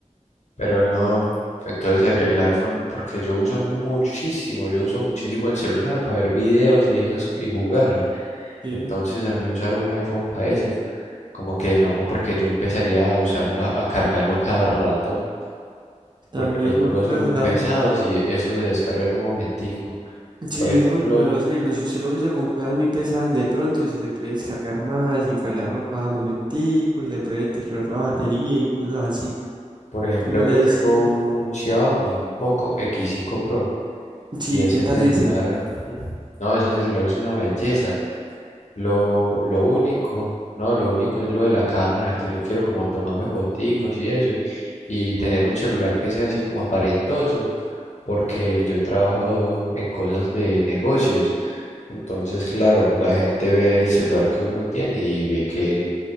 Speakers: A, on the left; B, on the right.
A: pero no, entonces sería el iPhone, porque yo uso muchísimo, yo uso muchísimo el celular para ver videos y esas y jugar.
B: Sí,
A: Entonces a mí usar un iPhone para eso, como que no, porque yo empezaría a usarla, a cargarlo a cada rato,
B: también
A: porque los juegos
B: eso es
A: son
B: verdad.
A: muy pesados y eso se descarga en un momentico.
B: Sí,
A: Por ejemplo,
B: eso lo de los iPhones, si usted lo usa con cosas muy pesadas, de pronto se le puede descargar más y cargarlo cada momentico y le puede deteriorar la batería y cosas así.
A: Por ejemplo,
B: Como
A: yo
B: le decía,
A: tengo un, un Xiaomi, un Poco X5 Pro,
B: sí,
A: y ese
B: ¿qué tal
A: celular,
B: ese?
A: <laughs> mm, no, ese celular es una belleza. Lo, lo único, no, lo único es lo de la cámara, que yo quiero como tomarme foticos y eso, y, y tener un celular que sea así como aparentoso, porque yo trabajo en cosas de negocios. Entonces, claro, la gente ve el celular que uno tiene y ve que